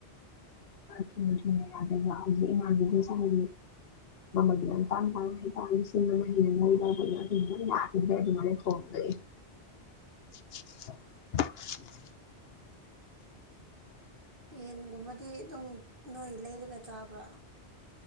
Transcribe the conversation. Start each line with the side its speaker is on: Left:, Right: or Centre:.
Left: ꯊꯨꯅ ꯊꯨꯅ ꯌꯥꯗꯕ ꯍꯧꯖꯤꯛ ꯏꯃꯥꯟꯕꯤꯈꯁꯤꯗꯤ ꯃꯃꯜ ꯭ꯌꯥꯟ ꯇꯥꯡ ꯇꯥꯡꯉꯩ ꯇꯥꯡ ꯁꯤꯅ ꯍꯩꯅ ꯂꯩꯕ ꯑꯩꯅ ꯍ ꯌꯥꯈꯤꯗ꯭ꯔꯦ ꯑꯗꯨꯃꯥꯏꯅ ꯊꯣꯡꯕꯑꯦ <unintelligible>
Right: ꯌꯦꯟꯒꯨꯝꯕꯗꯤ ꯑꯗꯨꯝ ꯅꯣꯏ ꯂꯩꯔꯒ ꯆꯥꯕ꯭ꯔꯥ